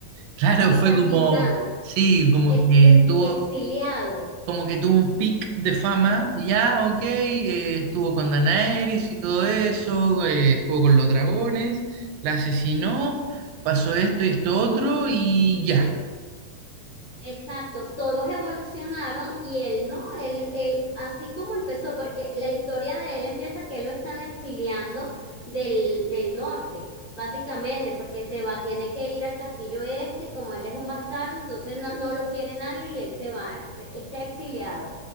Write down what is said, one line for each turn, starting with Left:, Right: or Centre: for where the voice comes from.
Right: Claro,
Left: o
Right: fue
Left: sea,
Right: como,
Left: sin nada,
Right: sí, como
Left: ex-
Right: que tuvo,
Left: exiliado
Right: como que tuvo un pic de fama, y ya, ok, eh, estuvo con Daenerys y todo eso, eh, estuvo con los dragones, la asesinó, pasó esto y esto otro, y ya.
Left: Exacto, todos evolucionaron y él no, él, él, así como empezó, porque la historia de él empieza que él lo están exiliando del, del norte, básicamente, porque se va, tiene que ir al castillo este, y como él es un bastardo, entonces no, no lo quiere nadie y él se va, está exiliado.